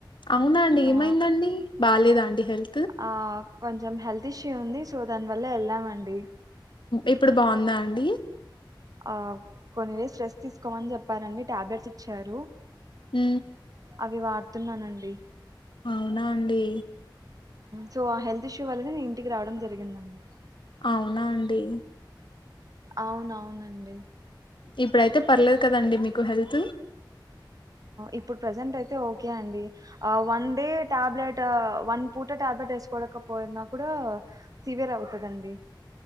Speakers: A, on the left; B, on the right.
A: అవునా అండి ఏమైందండి
B: ఆ
A: బాలే దాండి హెల్త్
B: ఆ కొంచెం హెల్త్ ఇష్యూ ఉంది సో దాని వల్ల వెళ్ళామండి
A: ఇప్పుడు బాగుందా అండి
B: ఆ కొన్ని డేస్ రెస్ట్ తీసుకోమని చెప్పారండి టాబ్లెట్స్ ఇచ్చారు
A: హ
B: అవి వాడుతున్నానండి
A: అవునా అండి
B: సో ఆ హెల్త్ ఇష్యూ వల్లనే ఇంటికి రావడం జరిగిందండి
A: అవునా అండి
B: అవునవునండి
A: ఇప్పుడయితే పర్లేదు కదండి మీకు హెల్త్
B: ఇప్పుడు ప్రజెంట్ అయితే ఓకే అండి వన్ డే టాబ్లెట్ వన్ పూట టాబ్లెట్ వేసుకోడకపోయినా కూడా సివియర్ అవుతుందండి